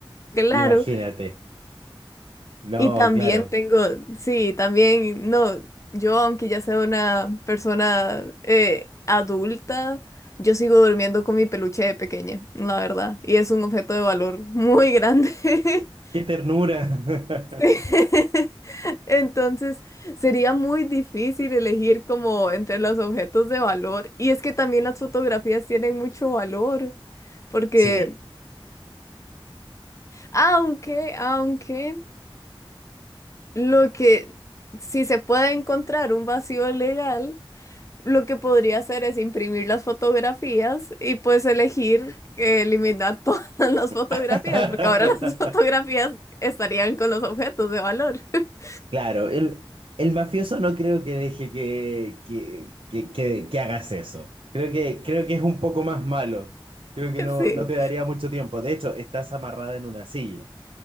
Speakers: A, on the left (about 35°); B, on the right (about 80°).
A: claro.
B: Imagínate. No,
A: Y también
B: claro.
A: tengo, sí, también, no, yo aunque ya sea una persona eh, adulta, yo sigo durmiendo con mi peluche de pequeña, la verdad, y es un objeto de valor muy grande. <laughs>
B: ¡Qué ternura! <laughs>
A: Sí. <laughs> Entonces, sería muy difícil elegir como entre los objetos de valor, y es que también las fotografías tienen mucho valor, porque
B: Sí.
A: aunque, aunque, lo que, si se puede encontrar un vacío legal, Lo que podría hacer es imprimir las fotografías y pues elegir eh, eliminar <laughs> todas las fotografías,
B: <laughs>
A: porque ahora las <laughs> fotografías estarían con los objetos de valor. <laughs>
B: Claro, el, el mafioso no creo que deje que, que, que, que- que hagas eso. Creo que, creo que es un poco más malo. Creo que no,
A: Sí.
B: no te daría mucho tiempo. De hecho, estás amarrada en una silla.